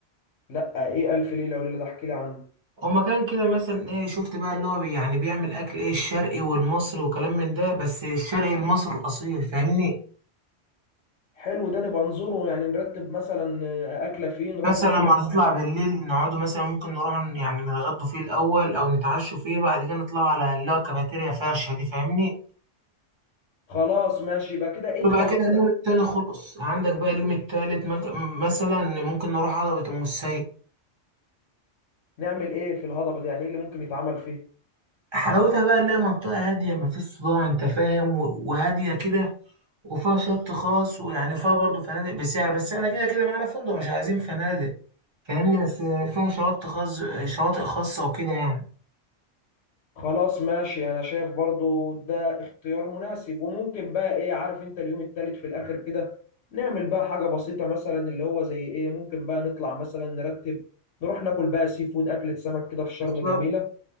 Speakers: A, on the left (about 75°); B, on the right (about 25°).
A: لا ايه الف ليله وليله ده احكي لي عنه
B: هو مكان كده مثلا ايه شفت بقى اللي هو بي يعني بيعمل اكل ايه الشرقي والمصري وكلام من ده بس الشرقي المصري الاصيل فاهمني
A: حلو ده نبقى نزوره يعني نرتب مثلا آه، اكله فين نروح
B: مثلا
A: ناكل
B: لما
A: احنا
B: نطلع بالليل نقعدوا مثلا ممكن نروح ن- يعني نتغدوا فيه الاول او نتعشوا فيه بعد كده نطلعوا على اللي هو كافيتيريا فرشه دي فاهمني
A: خلاص ماشي يبقى كده ايه
B: ويبقى
A: خلصنا
B: كده اليوم التاني خلص عندك بقى اليوم التالت مك- مثلا ممكن نروح هضبة ام السيد
A: نعمل ايه في الهضبه دي يعني ايه اللي ممكن يتعمل فيه
B: حلاوتها بقى إنها منطقة هادية مفيش صداع أنت فاهم و- وهادية كده وفيها شط خاص ويعني فيها برضه فنادق بسعر بس احنا كده كده معانا فندق مش عايزين فنادق فاهمني بس فيها شواطئ خاص شواطئ خاصة وكده يعني
A: خلاص ماشي انا شايف برضو ده اختيار مناسب وممكن بقى ايه عارف انت اليوم التالت في الاخر كده نعمل بقى حاجة بسيطة مثلا اللي هو زي ايه ممكن بقى نطلع مثلا نرتب نروح ناكل بقى سي فود اكلة سمك كده في شرم
B: بالظبط
A: جميلة